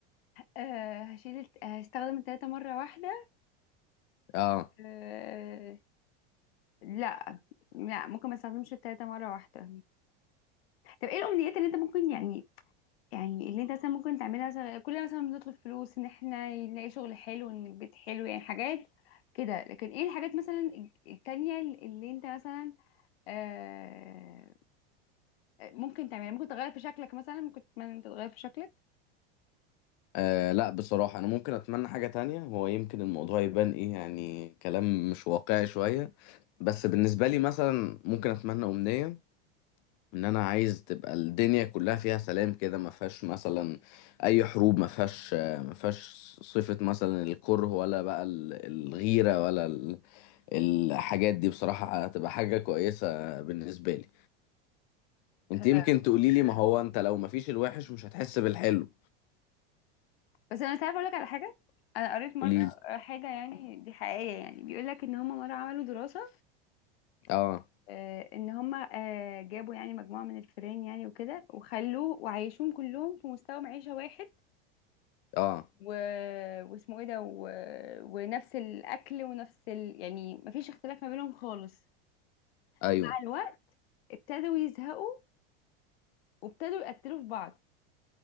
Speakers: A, on the left; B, on the left.
A: آه هشيل الت- هستخدم التلاتة مرة واحدة
B: آه.
A: آه لا لا ممكن ما استخدمش التلاتة مرة واحدة طب ايه الامنيات اللي انت ممكن يعني يعني اللي انت مثلا ممكن تعملها مثلا كلنا مثلا بنطلب فلوس ان احنا نلاقي شغل حلو ان البيت حلو يعني حاجات كده لكن ايه الحاجات مثلا التانية اللي انت مثلا آه ممكن تعملها ممكن تغير في شكلك مثلا ممكن تتمنى إن انت تغير في شكلك
B: اه لا بصراحه انا ممكن اتمنى حاجه تانية هو يمكن الموضوع يبان ايه يعني كلام مش واقعي شويه بس بالنسبه لي مثلا ممكن اتمنى امنيه ان انا عايز تبقى الدنيا كلها فيها سلام كده ما فيهاش مثلا اي حروب ما فيهاش ما فيهاش صفه مثلا الكره ولا بقى ال- الغيره ولا الحاجات دي بصراحة هتبقى حاجة كويسة بالنسبة لي انت
A: آه،
B: يمكن تقولي لي ما هو انت لو ما فيش الوحش مش هتحس بالحلو
A: بس انا تعرف اقول لك على حاجة انا قريت مرة
B: قولي لي
A: حاجة يعني دي حقيقية يعني بيقول لك ان هما مرة عملوا دراسة
B: اه
A: آه، ان هم آه، جابوا يعني مجموعه من الفيران يعني وكده وخلوه وعيشوهم كلهم في مستوى معيشه واحد
B: اه
A: و... واسمه ايه ده و... ونفس الاكل ونفس ال... يعني مفيش اختلاف ما بينهم خالص
B: ايوه
A: مع الوقت ابتدوا يزهقوا وابتدوا يقتلوا في بعض